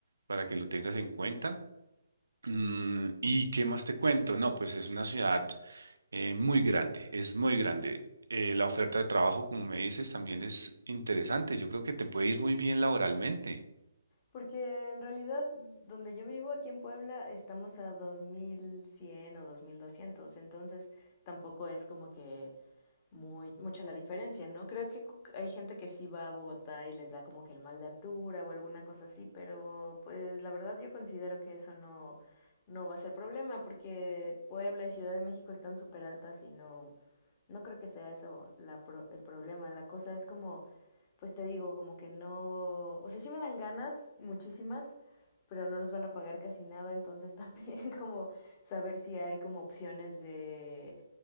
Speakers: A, on the right (about 80°); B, on the left (about 30°).
A: para que lo tengas en cuenta. Mm, ¿y qué más te cuento? No, pues es una ciudad eh, muy grande, es muy grande. Eh, la oferta de trabajo, como me dices, también es interesante. Yo creo que te puede ir muy bien laboralmente.
B: porque en realidad donde yo vivo aquí en Puebla estamos a 2100 o dos mil doscientos entonces tampoco es como que muy, mucha la diferencia, ¿no? Creo que hay gente que sí va a Bogotá y les da como que el mal de altura o alguna cosa así, pero pues la verdad yo considero que eso no, no va a ser problema porque Puebla y Ciudad de México están súper altas y no, no creo que sea eso la pro- el problema. La cosa es como, pues te digo, como que no, o sea, sí me dan ganas muchísimas, pero no nos van a pagar casi nada, entonces <laughs> también como saber si hay como opciones de